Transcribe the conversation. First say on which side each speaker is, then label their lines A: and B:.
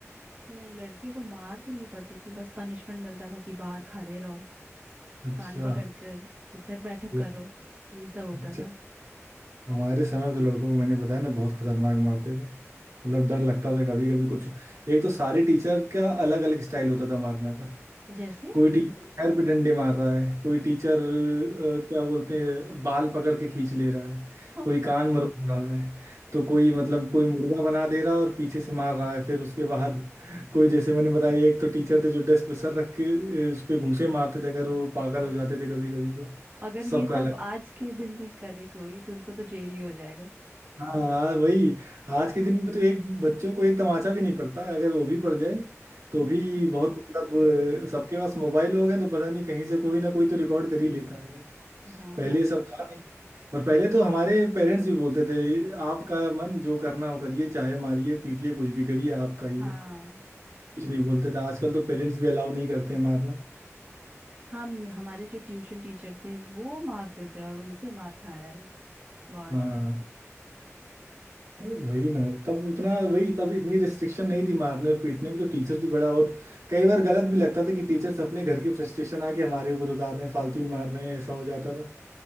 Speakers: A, on the right; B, on the right.
A: नहीं लड़कियों को मार तो नहीं पड़ती थी बस पनिशमेंट मिलता था कि बाहर खड़े रहो
B: अच्छा
A: कान पकड़ कर उठक बैठक
B: ल-
A: करो ये सब होता
B: अच्छा
A: था
B: हमारे समय में तो लड़कों को मैंने बताया ना बहुत खतरनाक मारते थे मतलब डर लगता था कभी कभी कुछ एक तो सारे टीचर का अलग अलग स्टाइल होता था मारने का
A: जैसे
B: कोई टीचर पैर पे डंडे मार रहा है कोई टीचर अ, क्या बोलते हैं बाल पकड़ के खींच ले रहा है
A: <laughs>
B: कोई कान मरोड़ रहा है तो कोई मतलब कोई मुर्गा बना दे रहा है और पीछे से मार रहा है फिर उसके बाद कोई जैसे मैंने बताया एक तो टीचर थे जो डेस्क पे सर रख के अ, उस पे घूंसे मारते थे अगर वो पागल हो जाते थे कभी कभी तो
A: अगर ये
B: सबका
A: सब
B: अलग
A: आज के दिन में करे कोई तो उनको तो जेल ही हो जाएगा
B: हाँ यार, वही आज के दिन में तो एक बच्चों को एक तमाचा भी नहीं पड़ता अगर वो भी पड़ जाए तो
A: हम्म
B: भी बहुत मतलब अ, सबके पास मोबाइल हो गए तो पता नहीं कहीं से कोई ना कोई तो रिकॉर्ड कर ही लेता है वो
A: हाँ
B: पहले
A: हाँ
B: ये सब था नहीं और पहले तो हमारे पेरेंट्स भी बोलते थे आपका मन जो करना हो करिए चाहे मारिए पीटिए कुछ भी करिए आपका ही
A: हाँ
B: है कुछ नहीं बोलते थे आजकल तो पेरेंट्स भी अलाउ नहीं करते हैं मारना
A: हाँ म- हमारे जो ट्यूशन टीचर थे वो मारते थे और उनसे मार खाया है बहुत
B: हाँ वही ना तब उतना वही तब इतनी रिस्ट्रिक्शन नहीं थी मारने और पीटने में तो टीचर्स भी बड़ा और कई बार गलत भी लगता था कि टीचर्स अपने घर की फ्रस्ट्रेशन आके हमारे ऊपर उतार रहे हैं फालतू ही मार रहे हैं ऐसा हो जाता था